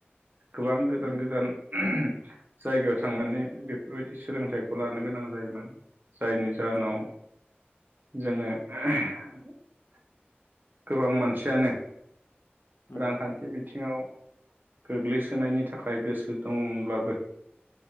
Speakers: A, on the right; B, on the left.
A: गोबां गोजान
B: उम
A: गोजान। जायगायाव थांनानै बेफोर बायदि। सोलोंथाइखौ लानो
B: उम
A: गोनां जायोमोन। जायनि जाहोनाव।
B: औ
A: जोङो <unintelligible> गोबां मानसियानो।
B: उम
A: रांखान्थि बिथिङाव गोग्लैसोनायनि थाखाय गोसो दङमोनब्लाबो